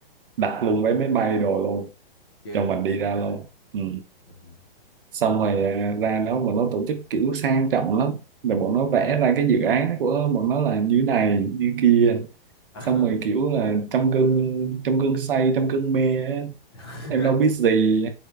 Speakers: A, on the right; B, on the left.
A: đặt luôn vé máy bay đồ luôn
B: chưa
A: cho mình đi ra luôn ừ.
B: ừ.
A: xong rồi à, ra đó bọn nó tổ chức kiểu sang trọng lắm rồi bọn nó vẽ ra cái dự án của bọn nó là như này như kia
B: à.
A: xong rồi kiểu là trong cơn trong cơn say trong cơn mê á,
B: <laughs>
A: em đâu biết gì